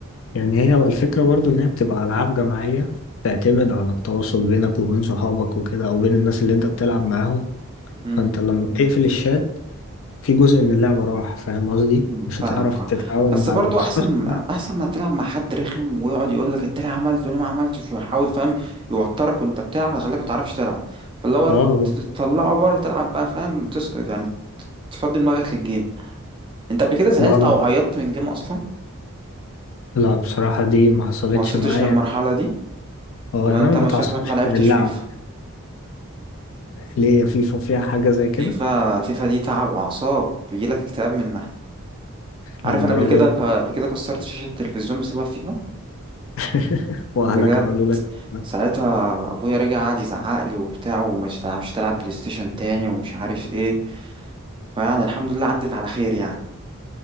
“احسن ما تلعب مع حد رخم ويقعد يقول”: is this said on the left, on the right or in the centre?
Right